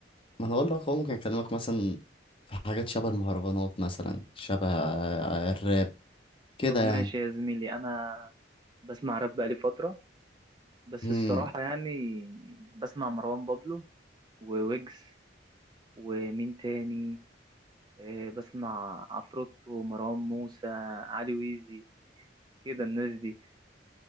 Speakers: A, on the left; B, on the right.
A: ما انا اقول لك هو ممكن اكلمك مثلا في حاجات شبه المهرجانات مثلا شبه الراب كده
B: طب
A: يعني
B: ماشي يا زميلي انا بسمع راب بقالي فتره بس
A: امم
B: الصراحه يعني بسمع مروان بابلو وويجز ومين تاني إيه، بسمع عفروتو مروان موسى علي ويزي كده الناس دي